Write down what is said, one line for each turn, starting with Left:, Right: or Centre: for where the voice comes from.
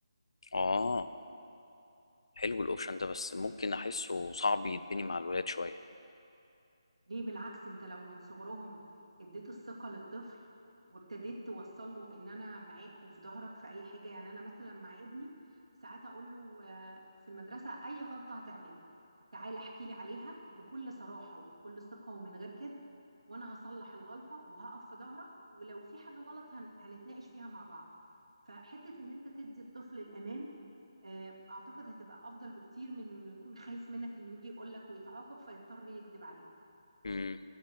Left: آه حلو الأوبشن ده بس ممكن أحسه صعب يتبني مع الولاد شوية
Right: ليه بالعكس انت لو من صغرهم اديت الثقة للطفل وابتديت توصل له ان انا معاك وفي ظهرك في اي حاجة يعني انا مثلا مع ابني ساعات اقول له آه، في المدرسة اي غلطة هتعملها تعال احكي لي عليها بكل صراحة وبكل ثقة ومن غير كذب وانا هصلح الغلطة وهقف في ظهرك ولو في حاجة غلط هن- هنتناقش فيها مع بعض فحتة ان انت تدي الطفل الامان آه، اعتقد هتبقى افضل بكتير من انه يكون خايف منك انه يجي يقولك ويتعاقب فيضطر يكذب عليك
Left: امم